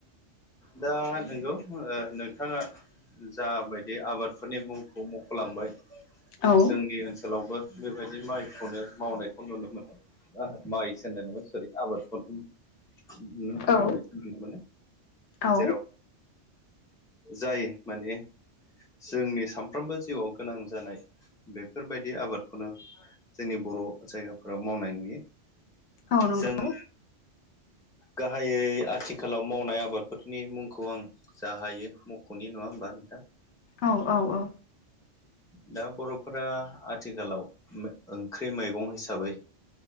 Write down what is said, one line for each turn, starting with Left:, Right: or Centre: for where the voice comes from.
Centre: दा नंगौ नोंथाङा जाबायदि आबादफोरनि मुंखौ मख'लांबाय
Left: औ
Centre: जोंनि ओनसोलावबो बेबायदि माइखौनो मावनायखौ नुनो मोनो माइ सोहोनलाय नङा सरि आबादखौथ न मावनायखौ
Left: औ
Centre: नुनो मोनो जेराव
Left: औ
Centre: जाय माने जोंनि सानफ्रोमबो जिउआव गोनां जानाय बेफोरबायदि आबादखौनो जोंनि बर' जायगाफोराव मावनाय नुयो
Left: औ नंगौ
Centre: जोङो गाहायै आथिखालाव मावनाया आबादफोरनि मुंखौ आं जा हायो मख'नि नङा होमबा नोंथां
Left: औ औ औ
Centre: दा बर'फोरा आथिखालाव ओंख्रि मैगं हिसाबै